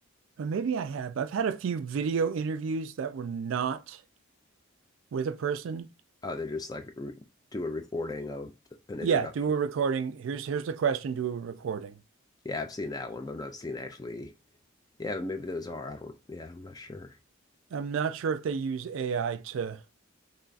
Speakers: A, on the right (about 60°); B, on the left (about 15°).
A: or maybe I have. I've had a few video interviews that were not with a person.
B: Oh, they're just like re- do a recording of an introduction.
A: Yeah, do a recording. Here's here's the question, do a recording.
B: Yeah, I've seen that one, but I've not seen actually. Yeah, but maybe those are. I don't. Yeah, I'm not sure.
A: I'm not sure if they use AI to,